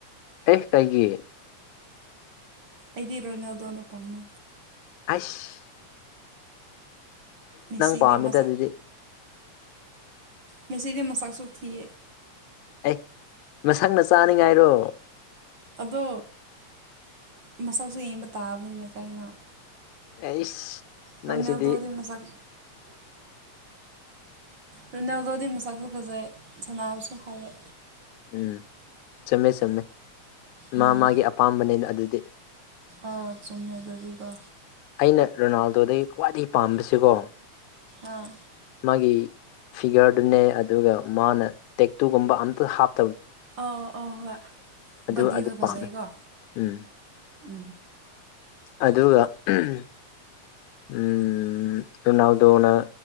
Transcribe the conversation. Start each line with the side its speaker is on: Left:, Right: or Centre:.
Left: ꯑꯦ ꯀꯩꯒꯤ
Right: ꯑꯩꯗꯤ ꯔꯣꯅꯥꯜꯗꯣꯅ ꯄꯥꯝꯃꯦ
Left: ꯍꯩꯁ
Right: ꯃꯦꯁꯤꯗꯤ
Left: ꯄꯥꯝꯃꯦꯗ
Right: ꯃꯁꯛ
Left: ꯑꯗꯨꯗꯤ
Right: ꯃꯦꯁꯤꯗꯤ ꯃꯁꯛꯁꯨ ꯊꯤꯌꯦ
Left: ꯑꯦ ꯃꯁꯛꯅ ꯆꯥꯅꯤꯡꯉꯥꯏꯔꯣ
Right: ꯑꯗꯣ ꯃꯁꯛꯁꯨ ꯌꯦꯕ ꯇꯥꯕꯅꯤꯅꯦ ꯀꯥꯏꯩꯅ
Left: ꯑꯩꯁ
Right: ꯔꯣꯅꯥꯜꯗꯣꯗꯤ
Left: ꯅꯪꯁꯤꯗꯤ
Right: ꯃꯁꯛ ꯔꯣꯅꯥꯜꯗꯣꯗꯤ ꯃꯁꯛꯁꯨ ꯐꯖꯩ ꯁꯟꯅꯥꯕꯁꯨ ꯍꯩꯌꯦ
Left: ꯎꯝ ꯆꯨꯝꯃꯦ ꯆꯨꯝꯃꯦ ꯃꯥ
Right: ꯎꯝ
Left: ꯃꯥꯒꯤ ꯑꯄꯥꯝꯕꯅꯤꯅ ꯑꯗꯨꯗꯤ
Right: ꯑꯥ ꯆꯨꯝꯃꯦ ꯑꯗꯨꯗꯤꯀꯣ
Left: ꯑꯩꯅ ꯔꯣꯅꯥꯜꯗꯣꯗꯒꯤ ꯈ꯭ꯋꯥꯏꯗꯒꯤ ꯄꯥꯕꯁꯤꯀꯣ
Right: ꯑꯥ
Left: ꯃꯥꯒꯤ ꯐꯤꯒꯔꯗꯨꯅꯦ ꯑꯗꯨꯒ ꯃꯥꯅ ꯇꯦꯛꯇꯨꯒꯨꯝꯕ ꯑꯝꯇ ꯍꯥꯞ
Right: ꯑꯥ ꯑꯥ ꯍꯣꯢ
Left: ꯑꯗꯨ
Right: ꯕꯗꯤꯗꯣ
Left: ꯑꯗꯨ
Right: ꯐꯖꯩꯀꯣ
Left: ꯄꯥꯝꯃꯦ ꯎꯝ
Right: ꯎꯝ
Left: ꯑꯗꯨꯒ ꯑꯝꯝ ꯔꯣꯅꯥꯜꯗꯣꯅ